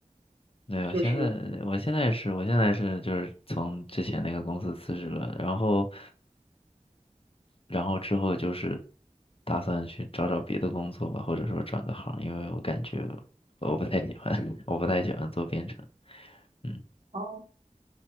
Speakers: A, on the left; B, on the right.
A: 对，我现在我现在是我现在是就是从之前那个公司辞职了，
B: 就是
A: 然后然后之后就是打算去找找别的工作吧，或者说转个行，因为我感觉我不太喜欢，<laughs> 我不太喜欢做编程，嗯，
B: 哦，